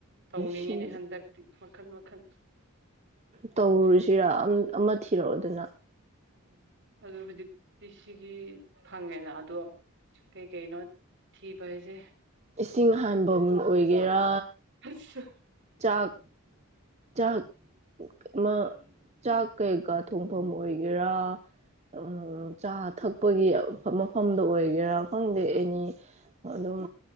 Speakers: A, on the right; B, on the right.
A: ꯇꯧꯅꯤꯡꯉꯤꯅꯦ
B: ꯁꯤ
A: ꯍꯟꯗꯛꯇꯤ ꯃꯈꯟ ꯃꯈꯜ
B: ꯇꯧꯔꯨꯁꯤꯔꯥ ꯑꯃ ꯊꯤꯔꯛꯑꯣ ꯑꯗꯨꯅ
A: ꯑꯗꯨ ꯍꯧꯖꯤꯛꯇꯤ ꯁꯤꯒꯤ ꯐꯪꯉꯦꯅ ꯑꯗꯣ ꯀꯩꯀꯩꯅꯣ ꯊꯤꯕꯥꯁꯦ
B: ꯏꯁꯤꯡ ꯍꯟꯕꯝ ꯑꯣꯏꯒꯦꯔꯥ
A: ꯍꯁ
B: ꯆꯥꯛ ꯆꯥꯛ ꯃꯥ ꯆꯥꯛ ꯀꯩꯀꯥ ꯊꯣꯡꯐꯝ ꯑꯣꯏꯒꯦꯔꯥ ꯎꯝ ꯆꯥ ꯊꯛꯄꯒꯤ ꯃꯐꯝꯗ ꯑꯣꯏꯒꯦꯔꯥ ꯈꯪꯗꯦ ꯑꯦꯅꯤ ꯑꯗꯨꯝ